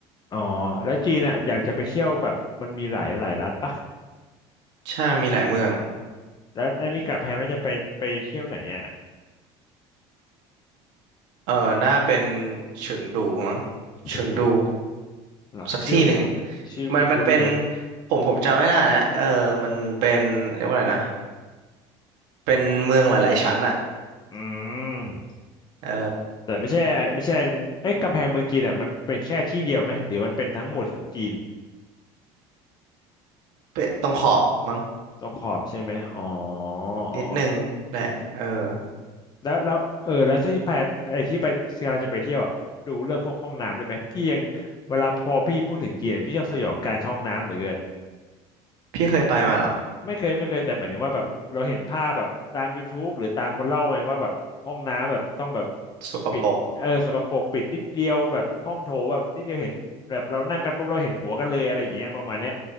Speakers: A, on the left; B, on the right.
A: อ๋อแล้วจีนอ่ะอยากจะไปเที่ยวแบบมันมีหลายหลายรัฐปะ
B: ใช่มีหลายเมือง
A: แล้วอันนี้กับแผนว่าจะไปไปเที่ยวไหนอ่ะ
B: เออน่าเป็นเฉิงดูมั้ง
A: เชิงดู
B: เฉิงดู
A: เหรอชื่อไม่
B: สักที่หนึ่ง
A: ชื่อไม่คุ้นเลย
B: มันมันเป็นผมผมจำไม่ได้แล้วเออมันเป็นเรียกว่าอะไรนะเป็นเมืองหลายๆชั้นอะ
A: อืม
B: เออ
A: แต่ไม่ใช่ไม่ใช่เอ้ยกำแพงเมืองจีนอ่ะมันเป็นแค่ที่เดียวไหมหรือมันเป็นทั้งหมดของจีน
B: เป็นตรงขอบมั้ง
A: ตรงขอบใช่ไหมอ๋ออ๋ออ๋อ
B: นิดนึงแหละเออ
A: แล้วแล้วเออแล้วถ้าที่ไปไอ้ที่ไปกำลังจะไปเที่ยวอ่ะดูเรื่องพวกห้องน้ำด้วยไหมพี่ยังเวลาพอพี่พูดถึงจีนอะพี่ชอบสยองการเข้าห้องน้ำเหลือเกิน
B: พี่เคยไปมาเหรอ
A: ไม่เคยไม่เคยแต่หมายถึงว่าแบบเราเห็นภาพแบบตามยูทูบหรือตามคนเล่าไงว่าแบบห้องน้ำแบบต้องแบบ
B: สกปรก
A: ปิดเออสกปรกปิดนิดเดียวแบบห้องโถแบบนิดเดียวเห็นแบบเรานั่งกันปุ๊บเราเห็นหัวกันเลยอะไรอย่างเงี้ยประมาณเนี้ย